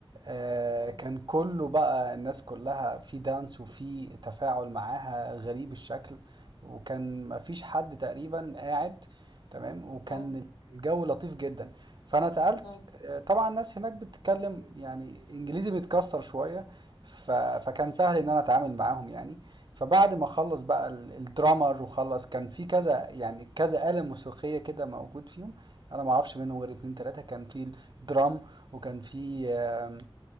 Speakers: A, on the right (about 55°); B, on the left (about 85°).
A: آه،
B: مم.
A: كان كله بقى الناس كلها في دانس وفي تفاعل معاها غريب الشكل وكان مفيش حد تقريبا قاعد تمام وكان
B: مم.
A: الجو لطيف جدا فانا سألت
B: مم.
A: آه، طبعا الناس هناك بتتكلم يعني انجليزي بيتكسر شوية ف... فكان سهل ان انا اتعامل معاهم يعني فبعد ما خلص بقى ال- الدرامر وخلص كان في كذا يعني كذا آلة موسيقية كده موجود فيهم انا ما اعرفش منهم غير اتنين تلاتة كان في الدرام وكان في آم،